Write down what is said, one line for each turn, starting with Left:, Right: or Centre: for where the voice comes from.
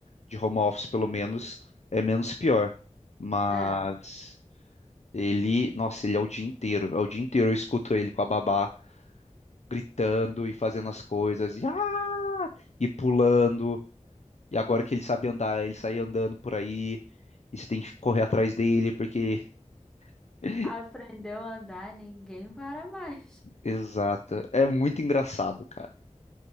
Left: de home office pelo menos, é menos pior. Mas
Centre: É.
Left: ele, nossa, ele é o dia inteiro, é o dia inteiro eu escuto ele com a babá gritando e fazendo as coisas, e, ah! e pulando. E agora que ele sabe andar, ele sai andando por aí, e você tem que correr atrás dele, porque. <laughs>
Centre: Aprendeu a andar, ninguém para mais.
Left: Exato, é muito engraçado, cara.